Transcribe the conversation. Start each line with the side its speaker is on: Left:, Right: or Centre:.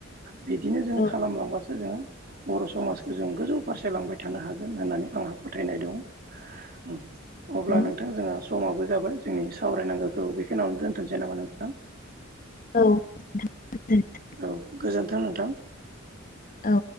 Right: बिदिनो
Left: औ
Right: जों खालामलांबासो जोङो बर' समाजखौ जों गोजौ फारसे लांबाय थानो हागोन होननानै आंहा फोथायनाय दं उम अब्ला
Left: औ
Right: नोंथां जोंहा समाबो जाबाय जोंनि सावरायनांगोखौ बेखिनियावनो दोनथ'नोसै नामा नोंथां
Left: औ <unintelligible>
Right: औ गोजोन्थों नोंथां
Left: औ।